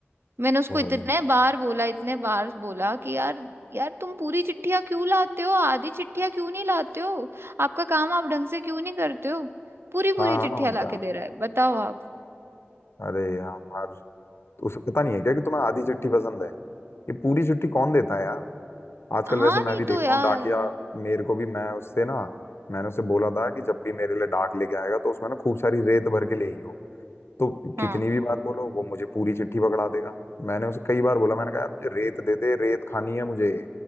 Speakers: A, on the right; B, on the left.
A: मैंने उसको
B: ओहो
A: इतने बार बोला इतने बार बोला कि यार यार तुम पूरी चिट्ठियां क्यों लाते हो आधी चिट्ठियां क्यों नहीं लाते हो आपका काम आप ढंग से क्यों नहीं करते हो पूरी पूरी
B: हाँ
A: चिट्ठियां
B: हाँ, और क्या
A: लाके दे रहा है बताओ आप
B: अरे यार उसे पता नहीं है क्या कि तुम्हें आधी चिट्ठी पसंद है ये पूरी चिट्ठी कौन देता है यार आजकल
A: हाँ
B: वैसे मैं
A: नहीं
B: भी देख
A: तो यार
B: रहा हूँ डाकिया मेरे को भी मैं उससे ना मैंने उसे बोला था कि जब भी मेरे लिए डाक लेके आएगा तो उसमें ना खूब सारी रेत भर के ले आई हो तो
A: हाँ
B: कितनी भी बार बोलो वो मुझे पूरी चिट्ठी पकड़ा देगा मैंने उसे कई बार बोला मैंने कहा यार मुझे रेत दे दे रेत खानी है मुझे